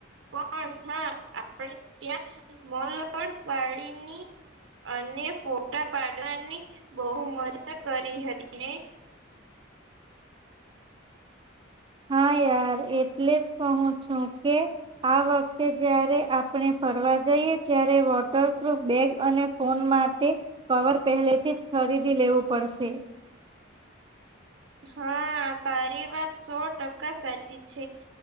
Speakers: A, on the right; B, on the right.
A: કોણ હા આપણે ત્યા મલર પાણીની અને ફોટા પાડવાની બહું મજા કરી હતી ને.
B: <inaudible> હા યાર એટલે જ કહું છું કે આ વખતે જ્યારે આપણે ફરવા જઈએ ત્યારે વોટરપ્રૂફ બેગ અને ફોન માટે કવર પહેલે થી જ ખરીદી લેવું પડશે.
A: હા, તારી વાત સો ટકા સાચી છે